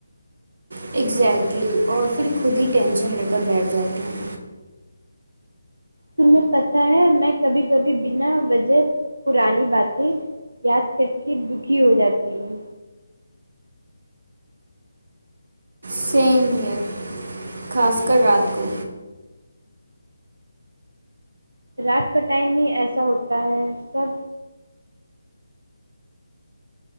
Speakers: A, on the right (about 55°); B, on the right (about 75°).
A: ایگزیکلی اور پھر خود ہی ٹینشن لے کر بیٹھ جاتے ہیں
B: تمہیں پتہ ہے میں کبھی کبھی بنا وجہ پرانی باتیں یاد کر کے دکھی ہو جاتی ہے
A: سیم ہیئر خاص کر رات کو
B: رات کا ٹائم ہی ایسا ہوتا ہے سب